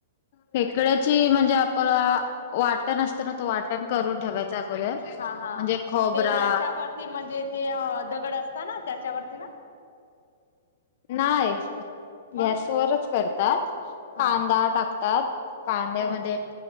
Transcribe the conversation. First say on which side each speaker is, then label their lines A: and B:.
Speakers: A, on the left (about 45°); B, on the left (about 80°).
A: फेकड्याची म्हणजे आपल्याला वाटत नसते. तर ना तो वाटण करून ठेवायचा अगोदर म्हणजे
B: हा हा
A: खोबरा
B: याच्यावरती ते म्हणजे ते दगड असत ना त्याच्यावरती ना.
A: नाही.
B: मग
A: गॅसवररच करतात
B: हा
A: कांदा
B: का
A: टाकतात कांद्यामध्ये
B: हो हो